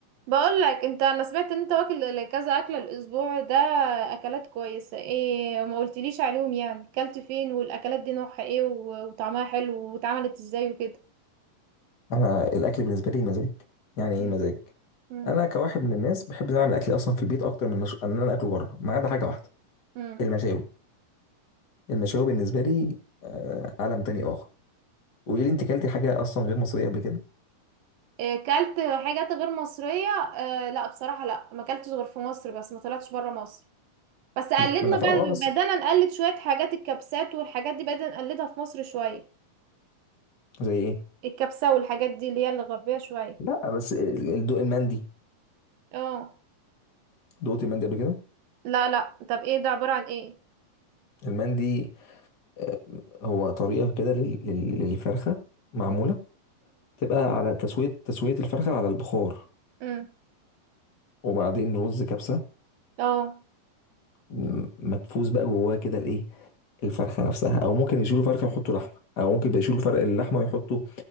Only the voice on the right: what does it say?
بقول لك انت انا سمعت ان انت واكل كذا اكله الاسبوع ده اكلات كويسه ايه ما قلتليش عليهم يعني كلت فين والاكلات دي نوعها ايه و- وطعمها حلو واتعملت ازاي وكده
مم.
امم
امم
إيه كلت حاجات غير مصريه آه لا بصراحه لا ما كلتش غير في مصر بس ما طلعتش بره مصر بس قلدنا
بقى
بدانا نقلد شويه حاجات الكبسات والحاجات دي بدانا نقلدها في مصر شويه
الكبسه والحاجات دي اللي هي الغربيه شويه
اه
لا لا طب ايه ده عباره عن ايه
امم
اه